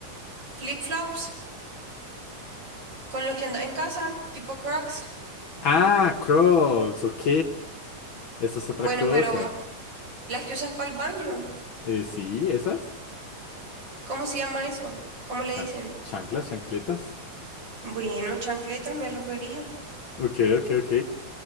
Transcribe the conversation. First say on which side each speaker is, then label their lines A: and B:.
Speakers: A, on the right; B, on the left.
A: flip-flops, con lo que andas en casa, tipo Crocs.
B: Ah, Crocs, ok. Eso es otra
A: Bueno,
B: cosa.
A: pero las que usas para el baño,
B: Eh, sí, esas.
A: ¿cómo se llama eso? ¿Cómo le
B: Chanc-
A: dicen?
B: chanclas, chancletas.
A: Bueno, chancletas me refería.
B: Ok, ok, ok.